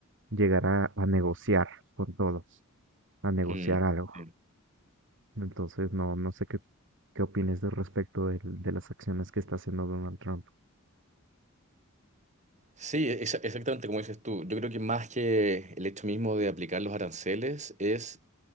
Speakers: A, on the right; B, on the right.
A: llegar a, a negociar con todos, a negociar
B: Mm,
A: algo.
B: sí,
A: Entonces, no, no sé qué, qué opines de respecto del- de, las acciones que está haciendo Donald Trump.
B: Sí, exa- exactamente como dices tú. Yo creo que más que el hecho mismo de aplicar los aranceles es